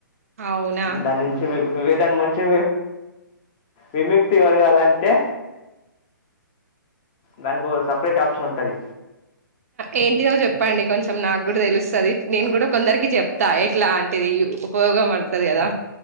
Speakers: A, on the right; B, on the left.
A: అవునా
B: దాని నుంచి దాని నుంచి విముక్తి కలగాలి అంటే దానికి సపరేట్ ఓ ఆప్షన్ ఉంటది
A: ఏంటిదో చెప్పండి కొంచెం నాకు కూడ తెలుస్తది నేను కూడా కొందరికి చెప్తా ఎట్లాంటిది ఉపయోగం పడతది గదా